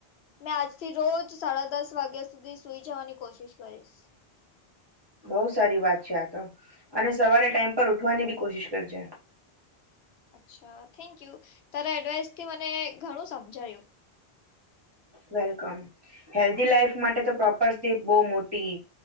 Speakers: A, on the left (about 80°); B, on the right (about 25°).
A: મેં આજથી રોજ સાડા દસ વાગ્યા સુધી સુઈ જવાની કોશિશ કરીશ
B: બઉુ સારી વાત છે આ તો અને સવારે ટાઈઇમ પર ઉઠવાની બી કોશિશ કરજે
A: અચ્છા થેન્ક યુ તારેા એડવાઈસથી મને ઘણું સમજાયો
B: વેલકમ હેલ્ધી લાઈફ માટે તો પ્રોપર સ્ બહ મોટી